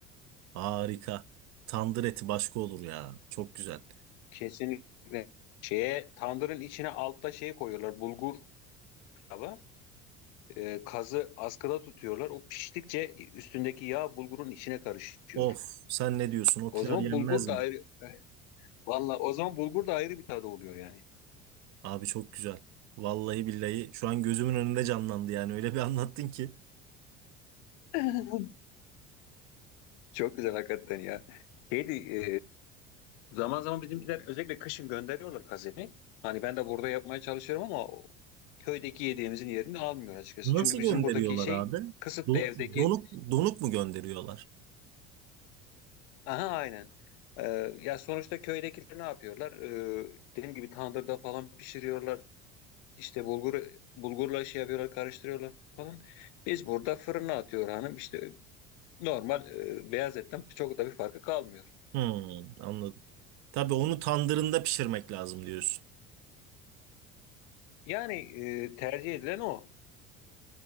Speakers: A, on the right (about 55°); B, on the left (about 65°).
A: harika. Tandır eti başka olur ya. Çok güzel.
B: Kesinlikle. Şeye tandırın içine altta şey koyuyorlar. Bulgur pilava. E, kazı askıda tutuyorlar. O piştikçe üstündeki yağ bulgurun içine karışıyor.
A: Of, sen ne diyorsun? O
B: O
A: pilav
B: zaman
A: yenmez
B: bulgur da
A: mi?
B: ayrı. Valla o zaman bulgur da ayrı bir tadı oluyor yani.
A: Abi çok güzel. Vallahi billahi şu an gözümün önünde canlandı yani öyle bir anlattın ki.
B: <laughs> Çok güzel hakikaten ya. Şeydi, e, Zaman zaman bizimkiler özellikle kışın gönderiyorlar kazeni. Hani ben de burada yapmaya çalışıyorum ama o köydeki yediğimizin yerini almıyor açıkçası.
A: Nasıl
B: Çünkü bizim
A: gönderiyorlar
B: buradaki şey
A: abi?
B: kısıtlı
A: Do-
B: Biraz evdeki.
A: donuk donuk mu gönderiyorlar?
B: Aha aynen. Ee, ya sonuçta köydekiler ne yapıyorlar? Ee, dediğim gibi tandırda falan pişiriyorlar. İşte bulgur bulgurla şey yapıyorlar, karıştırıyorlar falan. Biz burada fırına atıyor hanım. İşte normal e, beyaz etten çok da bir farkı kalmıyor.
A: Hmm, anladım. Tabii onu tandırında pişirmek lazım diyorsun.
B: Yani e, tercih edilen o.